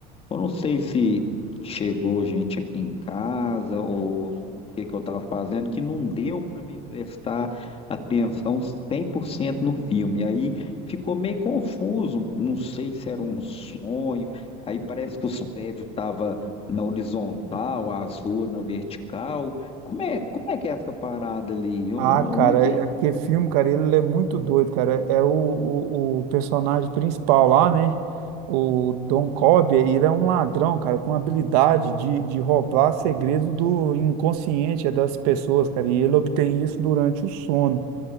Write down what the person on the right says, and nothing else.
Ah,
cara,
é- aquele filme, cara, ele é muito doido, cara. É o, o, o personagem principal lá, né? O Don Cobb, ele é um ladrão, cara, com habilidade de, de roubar segredos do inconsciente é das pessoas, cara. E ele obtém isso durante o sono.